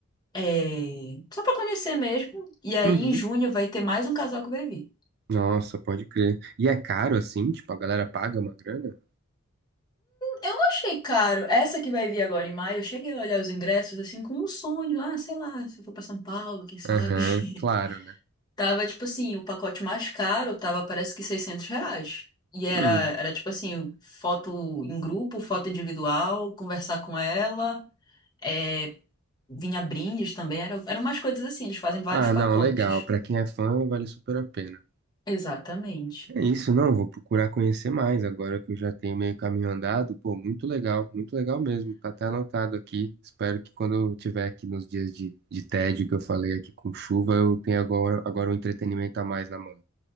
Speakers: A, on the left; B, on the right.
A: é, só pra conhecer mesmo. E aí
B: Uhum.
A: em junho vai ter mais um casal que vai vir.
B: Nossa, pode crer. E é caro, assim? Tipo, a galera paga uma grana?
A: Eu não achei caro. Essa que vai vir agora em maio, eu cheguei a olhar os ingressos assim com um sonho, ah, sei lá, se eu for pra São Paulo, quem sabe.
B: Aham,
A: <laughs>
B: claro, né?
A: Tava, tipo assim, o pacote mais caro tava, parece que 600 reais. E era,
B: Hum.
A: era tipo assim, foto em grupo, foto individual, conversar com ela, é, vinha brindes também, era, eram umas coisas assim, eles fazem vários
B: Ah,
A: pacotes.
B: não, legal. Pra quem é fã, vale super a pena.
A: Exatamente.
B: É isso, não, vou procurar conhecer mais agora que eu já tenho meio caminho andado. Pô, muito legal, muito legal mesmo. Tá até anotado aqui. Espero que quando eu tiver aqui nos dias de, de tédio que eu falei aqui com chuva, eu tenha agora, agora um entretenimento a mais na mão.